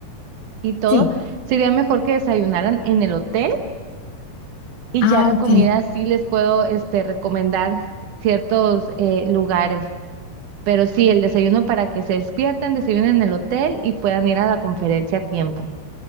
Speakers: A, on the right; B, on the left.
A: y todo,
B: Sí,
A: sería mejor que desayunaran en el hotel y
B: Ah,
A: ya la
B: ok.
A: comida sí les puedo este, recomendar ciertos eh, lugares. Pero sí, el desayuno para que se despierten, desayunen en el hotel y puedan ir a la conferencia a tiempo.